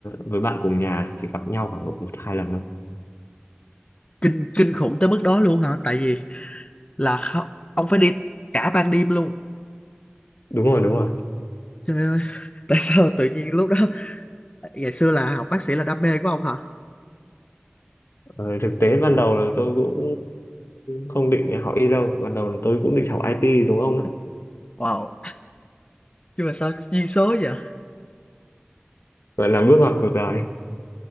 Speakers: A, on the left; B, on the left.
A: với bạn cùng nhà chỉ gặp nhau khoảng độ một hai lần thôi
B: Kinh kinh khủng tới mức đó luôn hả? Tại vì là khó- ông phải đi cả ban đêm luôn.
A: đúng rồi đúng rồi
B: Trời ơi, <laughs> tại sao tự nhiên lúc đó ngày xưa là học bác sĩ là đam mê của ông hả?
A: Ờ, thực tế ban đầu là tôi cũng không định học y đâu ban đầu là tôi cũng định học IT đúng ông đấy
B: Wow, nhưng mà sao duyên số vậy?
A: vậy là bước ngoặt cuộc đời